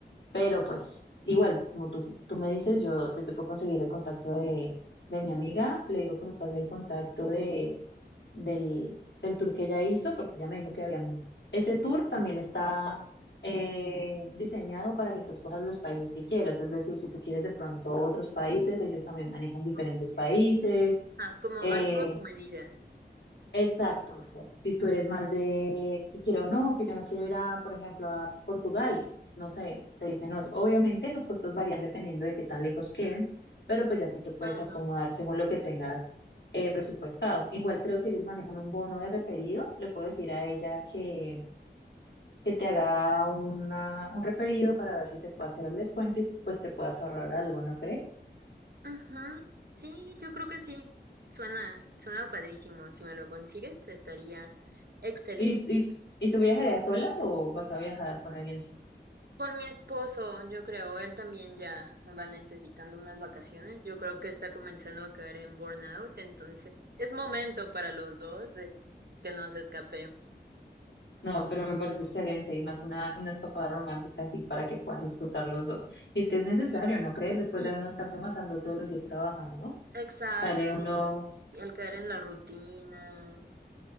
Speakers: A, on the left; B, on the right.
A: Pero pues, igual, como tú, tú me dices, yo te, te puedo conseguir el contacto de, de mi amiga, le digo que me pase el contacto de del, del tour que ella hizo, porque ella me dijo que habían... Ese tour también está eh, diseñado para que tú escojas los países que quieras, es decir, si tú quieres de pronto otros países, ellos también manejan diferentes
B: ok.
A: países.
B: Ah, como
A: eh,
B: armó tu medida.
A: Exacto, o sea, si tú eres más de que quiero o no, que yo no quiero ir a, por ejemplo, a Portugal, no sé, te dicen otro. Obviamente los costos varían dependiendo de qué tan lejos queden, pero pues ya tú te puedes
B: Claro.
A: acomodar según lo que tengas eh, presupuestado. Igual creo que ellos manejan un bono de referido, le puedo decir a ella que, que te haga una, un referido para ver si te puede hacer el descuento y pues te puedas ahorrar algo, ¿no crees?
B: Ajá, sí, yo creo que sí. Suena, suena padrísimo. Si me lo consigues, estaría excelente.
A: ¿Y, y, y tú viajarías sola o vas a viajar con alguien más?
B: Con mi esposo, yo creo, él también ya va necesitando unas vacaciones. Yo creo que está comenzando a caer en burnout, entonces es momento para los dos de que nos escapemos.
A: No, pero me parece excelente y más una, una escapada romántica así para que puedan disfrutar los dos. Y es que es necesario,
B: Sí.
A: ¿no crees? Después
B: <clears throat>
A: de uno estarse matando todos los días trabajando,
B: Exacto.
A: sale uno
B: y Al caer en la rutina.